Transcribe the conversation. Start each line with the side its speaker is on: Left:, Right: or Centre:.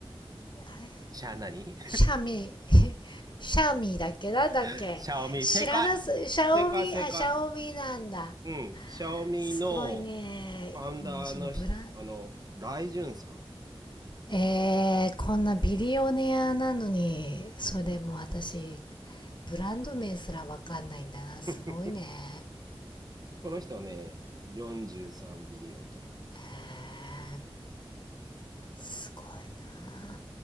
Left: れ
Right: シャー何
Left: シャミ、<laughs> シャミだっけなんだっけ知らなす、
Right: <laughs> シャオミ、正解
Left: シャオミ、
Right: 正解正解。
Left: あ、シャオミなんだ。
Right: うん、シャオミの
Left: すごいね。
Right: ファウンダーのひ、
Left: もうそのブラン、
Right: あの、ライジュンさん。
Left: えー、こんなビリオネアなのに、それでも私、ブランド名すらわかんないんだな。すごいね。
Right: <laughs> この人はね、43ビリオンドル。
Left: えーすごいな。